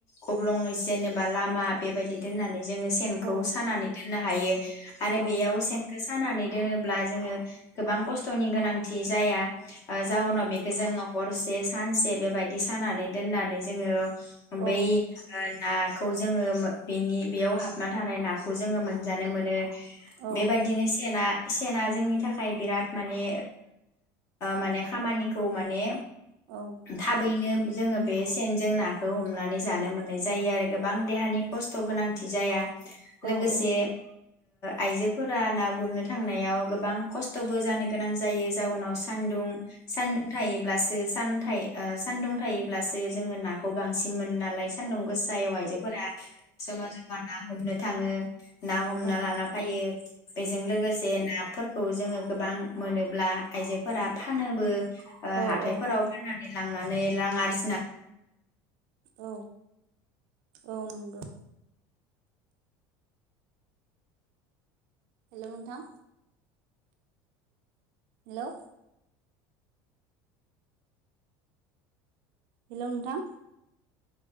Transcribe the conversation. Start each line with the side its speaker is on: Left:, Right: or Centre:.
Left: गब्लं जेनेबा लामा बेबायदि दोननानै जोंङो
Right: औ
Left: खौ सानानै दोन नो हायो। आरो
Right: औ
Left: बेयाव सेनखौ सानानै दोनोब्ला जोङो गोबां खस्थ'नि गोनांथि जाया। जाउनाव
Right: औ
Left: बेखौ जों हर से सानसे बेबायदि सानानै दोननानै जोंङो।
Right: औ नंगौ
Left: बै नाखौ। खौ जोंङोन बेनिन बेयाव हाबनानै। थानाय नाखौ जों मोन जानो मोनो
Right: औ
Left: बेबायदिनो सेन सेना जोंनि थाखाय बिराद माने माने खामानिखौ माने
Right: औ औ
Left: थाबैनो। जोंङो बे सेनजों नाखौ हमनानै। जानो मोननाय जायो आरो गोबां देहानि खस्थ' गोनांथि जाया।
Right: औ
Left: लोगोसे
Right: नंगौ
Left: आयजोफोरा ना गुरनो थांनायाव गोबां खस्थ'बो जानो गोनां जायो जाउनाव सानदुं सानदुं थायोब्लासो सान सान्दुं थायोब्लासो जोंङो नाखौ बांसिन मोनो। नालाय सानदुं गोसायाव आइजोफोरा जमा जमा ना हम हमनो थाङो ना हमना लाना
Right: औ
Left: फैयो बेजों लोगोसे ना फोरखौ जोंङो गोबां मोनोब्ला आइजोफोरा फानोबो।
Right: औ औ
Left: हाथायफोराव फाननानै लांनानै रां आरजिनानै
Right: औ औ नंगौ। हेल' नोंथां हेल'। हेल' नोंथां।